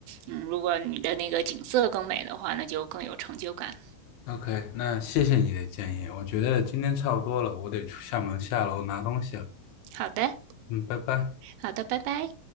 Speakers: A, on the right; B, on the left.
A: 嗯，如果你的那个景色更美的话，那就更有成就感。
B: OK，那谢谢你的建议，我觉得今天差不多了，我得出厦门下楼拿东西了。
A: 好的，
B: 嗯，拜拜。
A: 好的，拜拜。